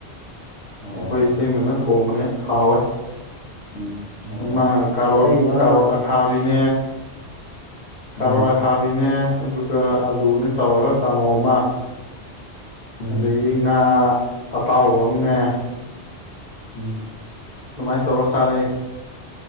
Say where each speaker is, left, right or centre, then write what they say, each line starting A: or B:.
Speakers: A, on the left; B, on the left.
A: ꯑꯣ
B: ꯑꯩꯈꯣꯏ
A: ꯑꯣ
B: ꯏꯇꯩ ꯃꯥꯅ ꯊꯣꯡꯕꯅꯦ ꯍꯥꯎꯋꯦ
A: ꯎꯝ ꯑꯣ
B: ꯃꯥ ꯀꯥꯔꯣꯠ
A: ꯑꯇꯩꯕ
B: ꯀꯥꯔꯣꯠ ꯑꯈꯥꯕꯤ <inaudible> ꯀꯔꯣꯠ
A: ꯎꯝ
B: ꯑꯈꯥꯕꯤꯅꯦ ꯑꯗꯨꯒ ꯑꯥꯂꯨꯅꯦ ꯇꯧꯔꯒ ꯀꯥꯡꯉꯧ ꯑꯃ
A: ꯎꯝ
B: ꯑꯗꯩꯗꯤ ꯉꯥ ꯑꯇꯥꯎꯕ ꯑꯝꯅꯦ
A: ꯎꯝ
B: ꯑꯗꯨꯃꯥꯏ ꯇꯧꯔ ꯆꯥꯔꯦ